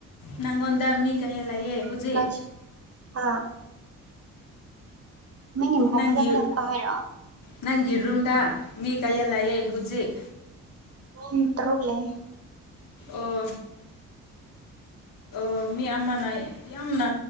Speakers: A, on the left; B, on the right.
A: ꯅꯪꯉꯣꯟꯗ ꯃꯤ ꯀꯩ ꯂꯩꯌꯦ ꯍꯧꯖꯤꯛ
B: <unintelligible> ꯍꯥꯥ <unintelligible> ꯃꯐꯝ
A: ꯅꯪꯒꯤ
B: <unintelligible> ꯀꯥ ꯍꯥꯏꯔꯣ
A: ꯅꯪꯒꯤ ꯔꯨꯝꯗ ꯃꯤ ꯀꯌꯥ ꯂꯩꯑꯦ ꯍꯨꯖꯤꯛ
B: ꯃꯤꯟ ꯇ꯭ꯔꯨꯛ ꯂꯩꯌꯦ
A: ꯑꯣ ꯑꯣ ꯃꯤ ꯑꯃꯅ ꯌꯥꯝꯅ